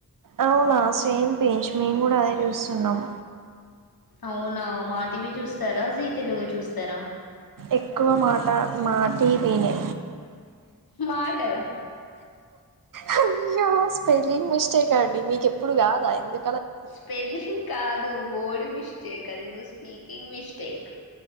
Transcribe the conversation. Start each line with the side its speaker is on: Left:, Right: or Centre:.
Right: అవునా సేమ్ పించ్ మేం గూడా అదే చూస్తున్నాం
Left: అవునా మాటివి చూస్తారా, జీ తెలుగ చూస్తారా.
Right: ఎక్కువ మాట మా టివీ నే
Left: మాటదా
Right: హయ్యో స్పెలింగ్ మిస్టేక్ అండి మీకెప్పుడు గాదా ఎందు
Left: స్పెల్లింగ్ కాదు వోర్డ్ మిస్టేక్ అది నువ్వు స్పీకింగ్ మిస్టేక్.